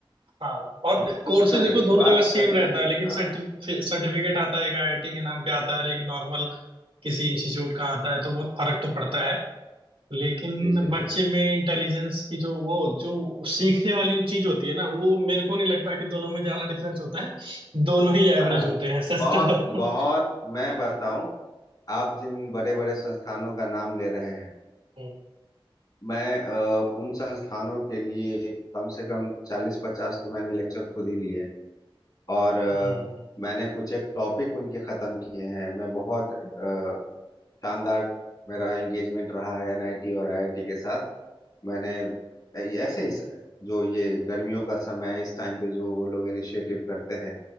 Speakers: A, on the right; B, on the left.
A: हाँ और
B: बात
A: कोर्सेज
B: उसका नहीं
A: देखो
B: है
A: दोनों
B: बात
A: जगह सेम
B: सर्टिफिकेट
A: रहता है लेकिन
B: हाँ
A: सर्टिफिकेट आता है एक आईआईटी के नाम पे आता है और एक नॉर्मल किसी इंस्टीट्यूट का आता है तो बहुत फर्क तो पड़ता है लेकिन
B: जी जी
A: बच्चे
B: जी
A: में इंटेलिजेंस की जो वो जो सीखने वाली चीज होती है ना वो मेरे को नहीं लगता कि दोनों में ज्यादा डिफरेंस होता है दोनों ही
B: <laughs>
A: एवरेज
B: हाँ
A: होते हैं सच
B: बहुत
A: तो बताऊं
B: बहुत मैं बताऊं आप जिन बड़े बड़े संस्थानों का नाम ले रहे हैं
A: <laughs> हम्म
B: मैं अ, उन संस्थानों के लिए कम से कम चालीस पचास तो मैंने लेक्चर खुद ही लिए हैं। और अ,
A: हम्म
B: मैंने कुछ एक टॉपिक उनके खत्म किए हैं मैं बहुत अ, शानदार मेरा एंगेजमेंट रहा है एनआईटी और आईआईटी के साथ मैंने ऐसे ही जो ये गर्मियों का समय है इस टाइम पे जो वो लोग इनिशिएटिव करते हैं